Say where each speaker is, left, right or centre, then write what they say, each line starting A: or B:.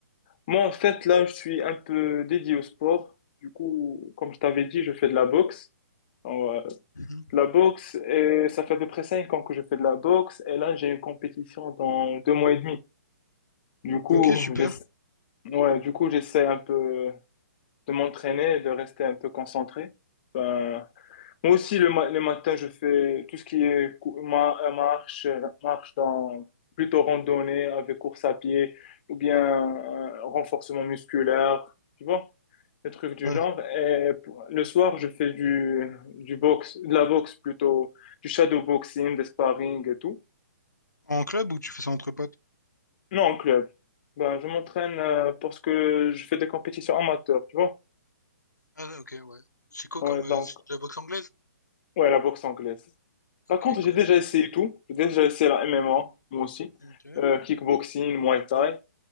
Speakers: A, on the left; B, on the left.
A: moi, en fait, là, je suis un peu dédié au sport. Du coup, comme je t'avais dit, je fais de la boxe. Alors, euh,
B: Mhm.
A: de la boxe, et ça fait à peu près cinq ans que je fais de la boxe. Et là, j'ai une compétition dans deux mois et demi. Du coup,
B: Ok, super.
A: j'essa- ouais, du coup, j'essaie un peu de m'entraîner, de rester un peu concentré. Ben, moi aussi, le, ma- le matin, je fais tout ce qui est cou- ma- euh, marche, euh, marche dans plutôt randonnée avec course à pied ou bien euh, renforcement musculaire, tu vois, des trucs du
B: Ouais.
A: genre. Et pour- le soir, je fais du, du boxe, de la boxe plutôt, du shadow boxing, des sparring et tout.
B: En club ou tu fais ça entre potes?
A: Non, en club. Ben, je m'entraîne euh, parce que je fais des compétitions amateurs, tu vois.
B: Ah, ok, ouais. C'est quoi
A: Ouais,
B: comme.
A: donc,
B: euh, c'est de la boxe anglaise?
A: ouais, la boxe anglaise. Par
B: Ok,
A: contre, j'ai
B: cool.
A: déjà essayé tout. J'ai déjà essayé la MMA, moi aussi.
B: Ok.
A: Euh, kickboxing, Muay Thai.